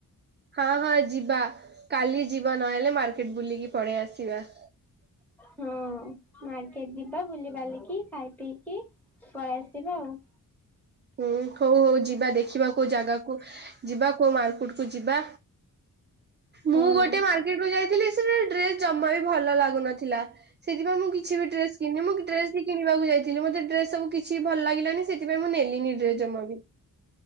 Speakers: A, on the right; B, in the centre.
A: ହଁ ହଁ ଯିବା କାଲି ଯିବା ନହେଲେ ମାର୍କେଟ୍ ବୁଲିକି ପଳେଇ ଆସିବା। <inaudible>
B: ହଁ ମାର୍କେଟ୍ ଯିବା ବୁଲି ବାଲିକି ଖାଇ ପିକି ପଳେଇ ଆସିବା ଆଉ।
A: ହୁଁ ହଉ ହଉ ଯିବା ଦେଖିବା କୋଉ ଜାଗାକୁ ଯିବା କୋଉ ମାର୍କୁଟ୍ କୁ ଯିବା।
B: ହଁ।
A: ମୁଁ ଗୋଟେ ମାର୍କେଟ୍ କୁ ଯାଇଥିଲି ସେରା ଡ୍ରେସ୍ ଜମା ବି ଭଲ ଲାଗୁନଥିଲା। ସେଥିପାଇଁ ମୁଁ କିଛି ବି ଡ୍ରେସ୍ କିଣ୍ନି ମୁଁ ଡ୍ରେସ୍ ବି କିଣିବାକୁ ଯାଇଥିଲି ମତେ ଡ୍ରେସ୍ ସବୁ କିଛି ବି ଭଲ୍ ଲାଗିଲାନି ସେଥିପାଇଁ ମୁଁ ନେଲି ଲିନି ଡ୍ରେ ଜମା ବି